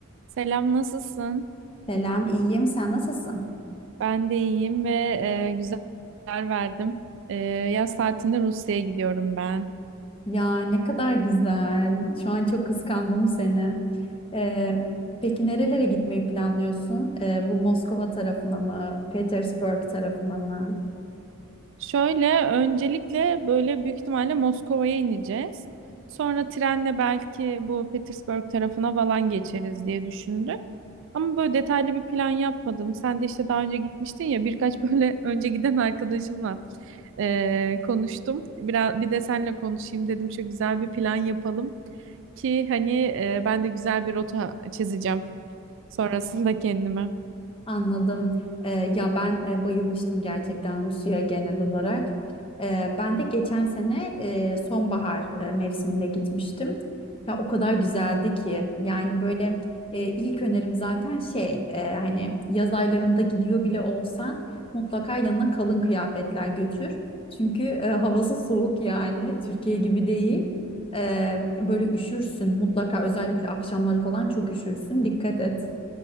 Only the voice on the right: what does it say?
Selam, nasılsın?
Ben de iyiyim ve e, güzel haber verdim. E, yaz tatilinde Rusya'ya gidiyorum ben.
Şöyle öncelikle böyle büyük ihtimalle Moskova'ya ineceğiz. Sonra trenle belki bu Petersburg tarafına falan geçeriz diye düşündük. Ama böyle detaylı bir plan yapmadım. Sen de işte daha önce gitmiştin ya birkaç böyle <laughs> önce giden arkadaşımla eee, konuştum. Biraz bir de seninle konuşayım dedim. Şu güzel bir plan yapalım ki hani eee, ben de güzel bir rota çizeceğim sonrasında kendime.